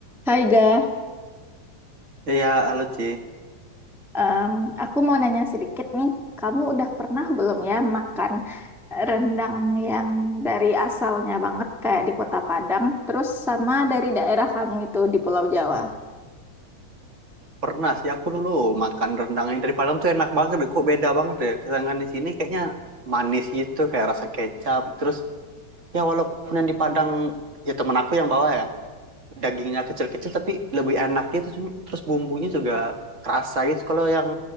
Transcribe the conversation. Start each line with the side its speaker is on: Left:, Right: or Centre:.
Centre: Hai Ga,
Right: Iya, halo Ci.
Centre: Em, aku mau nanya sedikit nih. Kamu udah pernah belum ya makan rendang yang dari asalnya banget kayak di Kota Padang, terus sama dari daerah kamu itu di Pulau Jawa?
Right: Pernah sih aku dulu makan rendang yang dari Padang tuh enak banget deh. Kok beda banget deh. Kesangan di sini kayaknya manis gitu, kayak rasa kecap. Terus ya walaupun yang di Padang, ya temen aku yang bawa ya, dagingnya kecil-kecil tapi lebih enak gitu. Cuma- Terus bumbunya juga kerasa gitu. Kalau yang